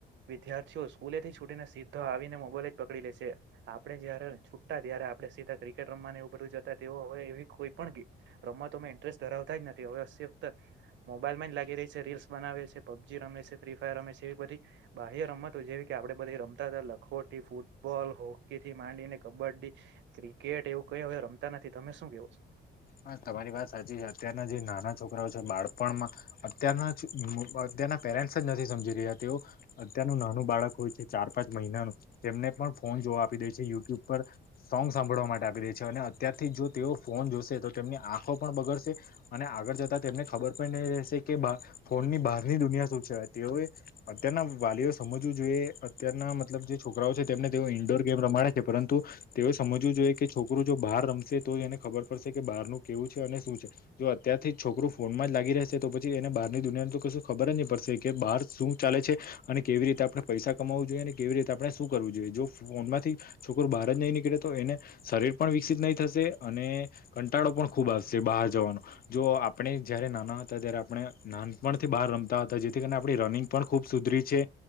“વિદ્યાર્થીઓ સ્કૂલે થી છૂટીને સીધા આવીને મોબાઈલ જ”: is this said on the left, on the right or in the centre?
Right